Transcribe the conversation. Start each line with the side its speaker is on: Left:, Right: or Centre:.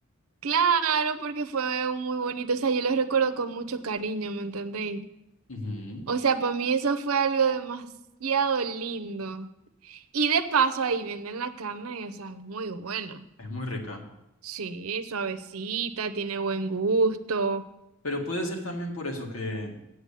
Right: claro, porque fue un muy bonito, o sea, yo los recuerdo con mucho cariño, ¿me entendéis?
Left: Ujú.
Right: O sea, para mí eso fue algo demasiado lindo. Y de paso ahí venden la carne, y, o sea, es muy buena.
Left: Es muy rica.
Right: Sí, suavecita, tiene buen gusto.
Left: Pero puede ser también por eso que,